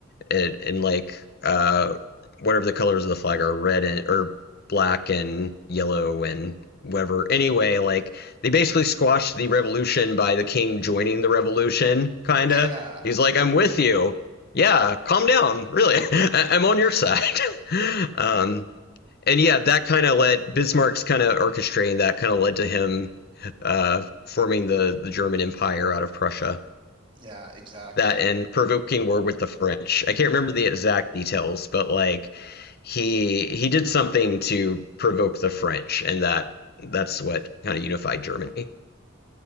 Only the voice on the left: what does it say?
and, and like uh, whatever the colors of the flag are, red and or black and yellow and whatever. Anyway, like they basically squashed the revolution by the king joining the revolution, kinda.
He's like, I'm with you. Yeah, calm down. Really, <laughs> I- I'm on your side. <laughs> um, and yeah, that kind of led Bismarck's kind of orchestrating that kind of led to him uh, forming the, the German Empire out of Prussia
that and provoking war with the French. I can't remember the exact details, but like he he did something to provoke the French, and that that's what kind of unified Germany.